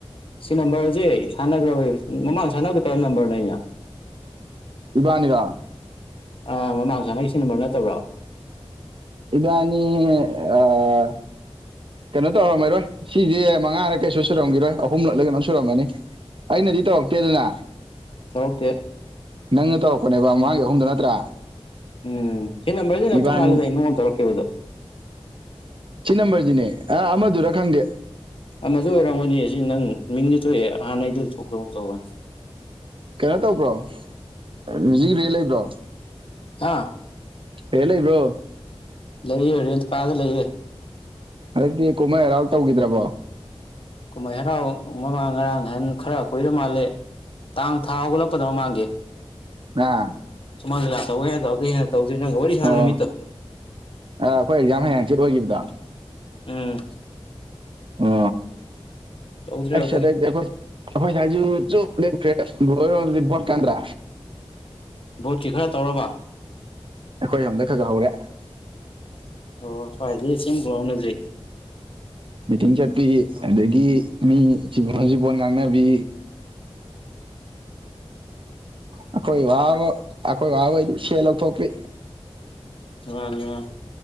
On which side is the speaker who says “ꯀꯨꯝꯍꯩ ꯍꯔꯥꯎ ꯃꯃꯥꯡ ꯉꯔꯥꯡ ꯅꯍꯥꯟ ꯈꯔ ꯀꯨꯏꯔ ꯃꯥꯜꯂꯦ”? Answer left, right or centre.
Left